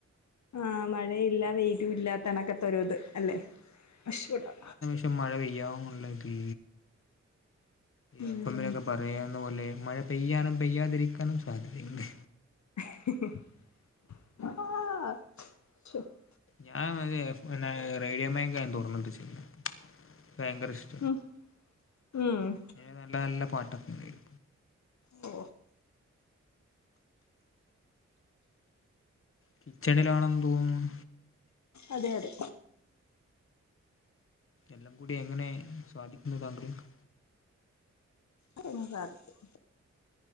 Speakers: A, on the left; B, on the left.
A: ആഹ് മഴയില്ല വെയിലും ഇല്ലാത്തണക്കത്തൊ ഒരു ഇത് അല്ലെ അശടാ.
B: നും മഴ പെയ്യാ ന്നു ല്ലെങ്കി
A: ഉം
B: അപ്പം പിന്നെ വേഗം. പറയുന്ന പോലെ മഴ പെയ്യാനും പെയ്യാതിരിക്കാനും സാധ്യത ഉണ്ട്.
A: ആഹ്
B: ഞാൻ പിന്നെ റേഡിയോ മാൻഗോ തുറന്നു വെച്ചിരിക്കുന്നു ൻക്ക് ഭയങ്കര ഇഷ്ട
A: <unintelligible> ഉം
B: നല്ല നല്ല പാട്ടത്തിന് പെയും.
A: ഓ
B: കിച്ചണിലാണന്ന് തോന്നുന്നു.
A: അതെ അതെ
B: എല്ലാം കൂടി എങ്ങനെ സധിക്കുന്നു താങ്കൾ ക്ക്
A: അ സാധിക്കും